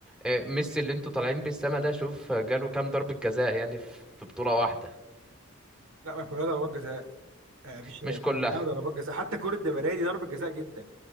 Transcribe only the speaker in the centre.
آه، ميسي اللي انتوا طالعين بيه السما ده شوف جاله كام ضربة جزاء يعني في في بطولة واحدة
مش
كلها